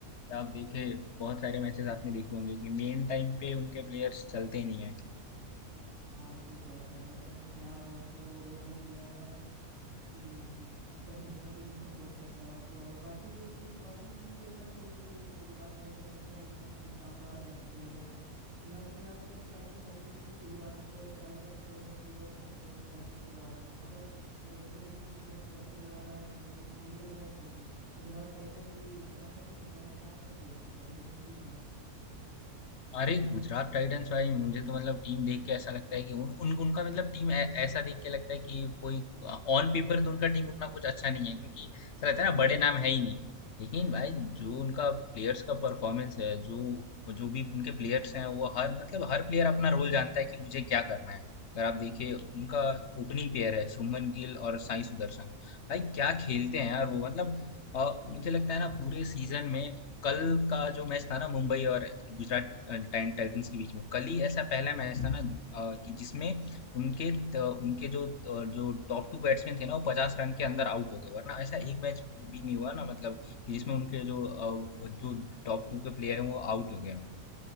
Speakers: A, on the left; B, on the right.
A: आप देखे बहुत सारे मैचेस आपने देखे होंगे कि मेन टाइम पे उनके प्लेयर्स चलते ही नहीं
B: हाँ सही बात है पता नहीं क्या उनको वो लग गया है कि उनका किस्मत ही नहीं सपोर्ट करता उनको और बाकी जो टीम है बाकी टीम भी अच्छा खेल रही है जैसे गुजरात टाइटन हो गया उन्होंने भी शानदार मैच खेल रहे हैं लग नहीं रहा था कि स्टार्टिंग स्टार्टिंग में कि गुजरात का टाइटन जो है प्लेऑफ तक पहुंच पाएगी शुरुआत में मगर जैसे जैसे सीजन बढ़ते जा रहा है तो देख के यही लग रहा है कि गुजरात टाइटन भी कम नहीं है कम नहीं आंक सकते उसको बहुत अच्छी टीम है वो
A: अरे गुजरात टाइटंस भाई मुझे तो मतलब टीम देख के ऐसा लगता है कि उन, उन उनका मतलब टीम ऐ- ऐसा देख के लगता है कि कोई ऑन पेपर तो उनका टीम उतना कुछ अच्छा नहीं है क्योंकि ऐसा रहता है ना बड़े नाम है ही नहीं लेकिन भाई जो उनका प्लेयर्स का परफॉर्मेंस है जो जो भी उनके प्लेयर्स हैं वो हर मतलब हर प्लेयर अपना रोल जानता है कि मुझे क्या करना है अगर आप देखिए उनका ओपनिंग पेयर है शुभमन गिल और साई सुदर्शन भाई क्या खेलते हैं यार वो मतलब अ, मुझे लगता है ना पूरे सीजन में कल का जो मैच था ना मुंबई और गुजरात टाइम टाइटंस के बीच में कल ही ऐसा पहला मैच था ना अ, कि जिसमें उनके त, उनके जो अ, जो टॉप टू बैट्समैन थे ना वो पचास रन के अंदर आउट हो गए वरना ऐसा एक मैच भी नहीं हुआ ना मतलब कि जिसमें उनके जो अ, जो टॉप टू के प्लेयर हैं वो आउट हो गए हों।